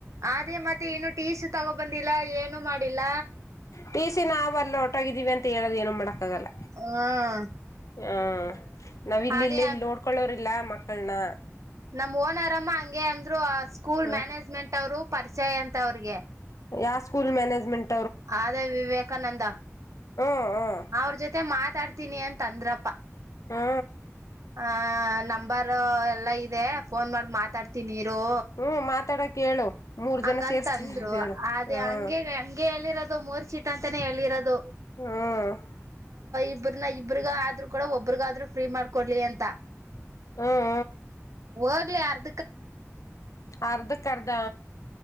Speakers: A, on the right; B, on the left.
A: ಅದೇ ಮತ್ತೆ ಇನ್ನು ಟೀಸು ತಗೋಬಂದಿಲ್ಲ ಏನು ಮಾಡಿಲ್ಲ
B: ಟಿ ಸಿನಾವವು ಅಲ್ಲ ಒಟಾಗಿದ್ದೀವಿ ಅಂತ ಹೇಳದ ಏನು ಮಾಡಕ್ಕಾಗಲ್ಲ
A: ಹ್ಮ್
B: ಹ ನಾವ್ ಇಲ್ಲಿ
A: ಅದೇ
B: ಇಲ್ಲ ಇಲ್ಲಿ ನೋಡ್ಕೊಳ್ಳೋರಿಲ್ಲ ಮಕ್ಕಳನ
A: ನಮ್ ಓನರ್ ಅಮ್ಮ ಹಂಗೆ ಅಂದ್ರು ಸ್ಕೂಲ್
B: ಹ್ಮ
A: ಮ್ಯಾನೇಜ್ಮೆಂಟ್ ಅವ್ರು ಪರಿಚಯ ಅಂತ ಅವ್ರಿಗೆ
B: ಯ ಸ್ಕೂಲ್ ಮ್ಯೇಜ್ಮೆಂಟ್
A: ಅದೇ ವಿವೇಕಾನಂದ
B: ಹ್ಮ್ ಹ್ಮ್
A: ಅವ್ರ ಜೊತೆ ಮಾತ್ ಮಾತಾಡ್ತೀನಿ ಅಂತ ಅಂದ್ರಪ್ಪಾ
B: ಹಾ.
A: ಆ ನಂಬರ್ ಎಲ್ಲಾ ಇದೆ ಫೋನ್ ಮಾಡ್ ಮಾತಾಡ್ ನೀರು
B: ಹ್ಮ್ ಮಾತಾಡಕ್ ಹೇಳು ಮೂರ್
A: ಹಂಗಂತಂದ್ರು
B: ಜನ ಸೇರ್ಸ್ತೀನಿ ಅಂತ ಹೇಳು
A: ಅದೇ
B: ಹ್ಮ್
A: ಹಂಗೆ ಗೆ ಹೇಳಿರೋದು ಮೂರ್ ಚೀಟ್ ಅಂತಾನೇ ಹೇಳಿರೋದು
B: ಹ್ಮ್
A: ಇಬ್ಬರು ನ ಇಬ್ರಗ ಆದ್ರರು ಕೂಡ ಒಬ್ರಗಾದ್ರರು ಫ್ರೀ ಮಾಡ್ಕೊಡ್ಲಿ ಅಂತ
B: ಹ್ಮ್
A: ಹೋಗ್ಲಿ ಆರ್
B: ಅರ್ಧಕರ್ಧ